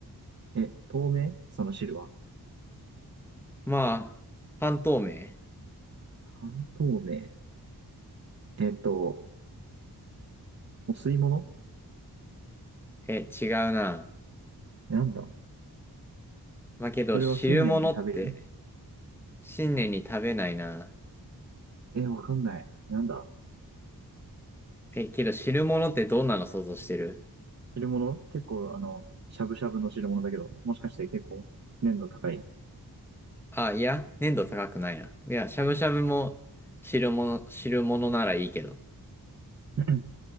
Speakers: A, on the right; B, in the centre.
A: え、透明その汁は。
B: まあ、半透明。
A: 半透明。えっと、お吸い物
B: え、違うな。
A: なんだ
B: まあけど、
A: それは新年に食べる
B: 汁物って、新年に食べないな。
A: え、わかんない。なんだ
B: え、けど、汁物ってどんなの想像してる
A: 汁物結構、あの、しゃぶしゃぶの汁物だけど、もしかして結構、粘度高い。
B: あ、いや、粘度高くないな。いや、しゃぶしゃぶも汁物、汁物ならいいけど。
A: <clears throat>